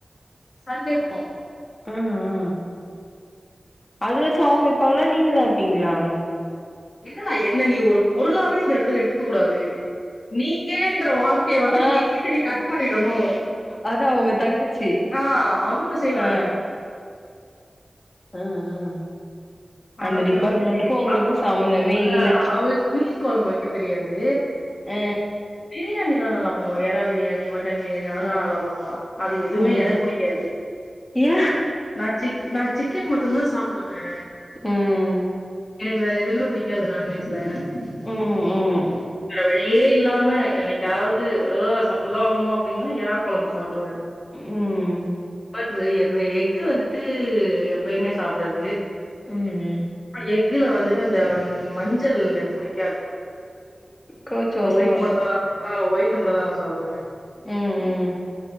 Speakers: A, on the left; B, on the left.
A: சண்டேமோ
B: ஆ ஆ அது வாச்சு அவங்க வைப்பாங்களா நீங்க தா வெப்பீங்களா
A: என்னடா என்ன நீ ஒரு பொருளாவே இந்த எடத்துல எடுத்துக்க கூடாது நீங்கன்ற வார் த்தய வந்துட்டு
B: ஆ
A: எங்கட்ட நீ கட் பண்ணிடணு
B: அதா உங்க தங்கச்சி
A: ஆ அவுங்க செய்வாங்க
B: ஆ ஆ ஆ அந்த
A: அவங்க
B: டிபார்ட்மெண்ட்டுக்கு
A: வந்துட்டு
B: உங்களுக்கு
A: அவ்
B: சம்மந்தமே இல்ல
A: ஆ அவளுக்கு மீன் கொழம்பு வைக்க தெரியாது
B: ஆ
A: பிரியாணிலா நல்லா பண்ணுவா எறா பிரியாணி மட்டன் பிரியாணி அதல்லா
B: ம்
A: நல்லா பண்ணுவா அது எதுவுமே
B: ம்
A: எனக்கு புடிக்காது
B: ஏ
A: நா சிக் நா சிக்கன் மட்டுந்தா சாப்புடுவே
B: ம்
A: எனக்கு வேற எதுமே புடிக்காது நான்வெஜ்ல வேற
B: ம் ம்
A: வழியே இல்லாம எனக் யாவது அ சாப்டுதா ஆவணுமா அப்டின்னா எறா கொழம்பு சாப்டுவே
B: ம்
A: <unintelligible> எக்கு வந்துட்டு எப்பயுமே சாப்டாது
B: ம் ம்
A: அ எக்குல வந்துட்டு அந்த மஞ் சள் எனக்கு புடிக்காது
B: கவுச்சி வாசன
A: ஒயிட்டு
B: வரு
A: மட்டுதா நா ஆ ஒயிட்டு மட்டுதா நா சாப்டுவே
B: ம் ம்